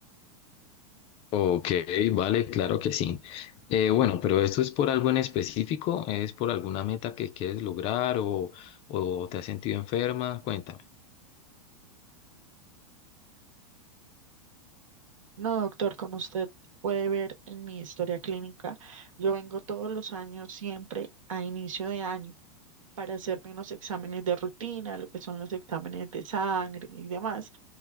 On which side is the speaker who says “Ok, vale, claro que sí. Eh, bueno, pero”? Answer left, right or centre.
Left